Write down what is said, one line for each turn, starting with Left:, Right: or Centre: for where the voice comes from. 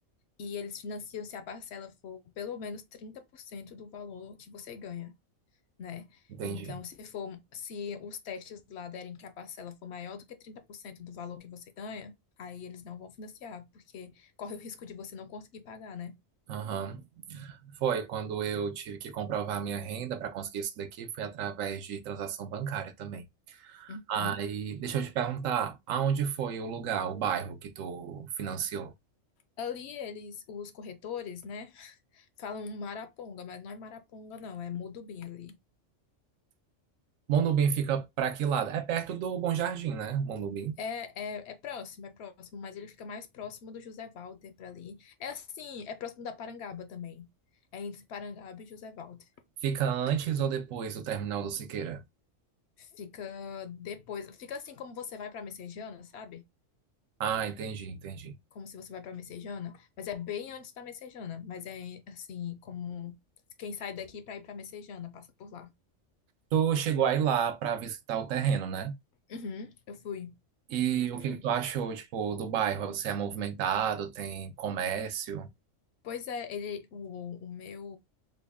Left: e eles financiam se a parcela for pelo menos 30% do valor que você ganha. né?
Right: Entendi.
Left: Então, se for, se os testes lá derem que a parcela for maior do que 30% do valor que você ganha, aí eles não vão financiar, porque corre o risco de você não conseguir pagar, né?
Right: Aham. Foi quando eu tive que comprovar minha renda para conseguir isso daqui, foi através de transação bancária também.
Left: Uhum.
Right: Aí, deixa eu te perguntar, aonde foi o lugar, o bairro que tu financiou?
Left: Ali eles, os corretores, né, falam Maraponga, mas não é Maraponga, não, é Mudubim ali.
Right: Monubim fica para que lado? É perto do Bom Jardim, né? Monubim.
Left: É, é, é próximo, é próximo, mas ele fica mais próximo do José Walter para ali. É assim, é próximo da Parangaba também. É entre Parangaba e José Walter.
Right: Fica antes ou depois do terminal do Siqueira?
Left: Fica depois, fica assim como você vai para Messejana, sabe?
Right: Ah, entendi, entendi.
Left: como se você vai pra Messejana, mas é bem antes da Messejana, mas é assim, como quem sai daqui pra ir pra Messejana, passa por lá.
Right: Tu chegou aí lá para visitar o terreno, né?
Left: Uhum, eu fui,
Right: E o
Left: eu fui.
Right: que que tu achou, tipo, do bairro? Você é movimentado, tem comércio?
Left: Pois é, ele, o, o meu